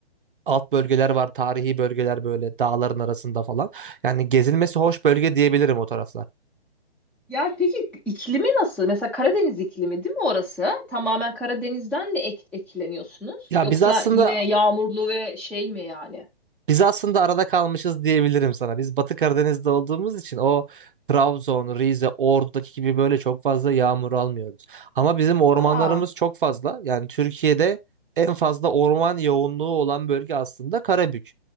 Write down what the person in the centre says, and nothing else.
Ya peki iklimi nasıl? Mesela Karadeniz iklimi değil mi orası? Tamamen Karadeniz'den mi ek- etkileniyorsunuz?
Yoksa
yine yağmurlu ve şey mi yani?
Aa.